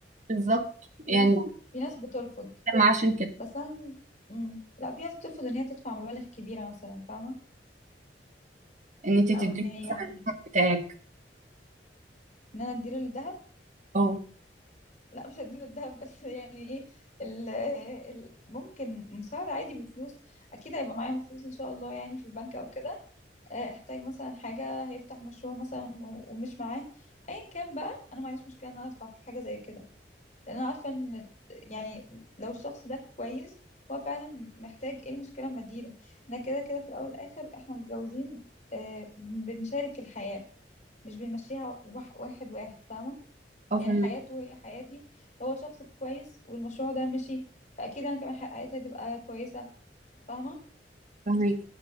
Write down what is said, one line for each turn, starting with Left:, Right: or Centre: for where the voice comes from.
Right: بالظبط
Left: في
Right: يعني
Left: ناس في ناس بترفض
Right: ما عشان كده
Left: بس انا مم. لا في ناس بترفض ان هي تدفع مبالغ كبيره مثلا فاهمه
Right: ان انت تديله
Left: او ان هي
Right: مثلا
Left: ان
Right: الحق بتاعك
Left: انا اديله الذهب
Right: اه
Left: لا مش هديله الذهب <laughs> بس يعني ايه ال ال ممكن مساعده عادي بفلوس اكيد هيبقى معايا فلوس ان شاء الله يعني في البنك او كده آه، احتاج مثلا حاجة هيفتح مشروع مثلا و- ومش معاه ايا كان بقى انا ما عنديش مشكلة ان انا ادفع في حاجة زي كده لان انا عارفة ان ال- يعني لو الشخص ده كويس هو فعلا محتاج ايه المشكلة اما اديله احنا كده كده في الاول والاخر احنا متجوزين آه، بنشارك الحياة مش بنمشيها وح- واحد واحد فاهمة
Right: اه
Left: يعني
Right: فاهمك
Left: حياته هي حياتي لو هو شخص كويس والمشروع ده مشي فاكيد انا كمان حياتي هتبقى كويسة فاهمة
Right: فاهمك